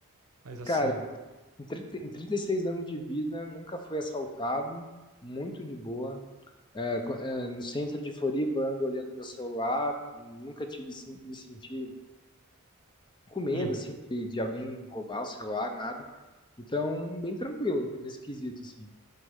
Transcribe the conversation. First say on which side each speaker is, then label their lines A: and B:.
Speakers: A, on the right (about 70°); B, on the left (about 20°).
A: Mas assim,
B: Cara, em 30 em 36 anos de vida, nunca fui assaltado, muito de boa. É, co- é, no centro de Floripa, eu ando olhando meu celular, nunca tive sen- me senti com medo,
A: hum,
B: assim, de, de alguém roubar o celular, nada. Então, bem tranquilo nesse quesito, assim.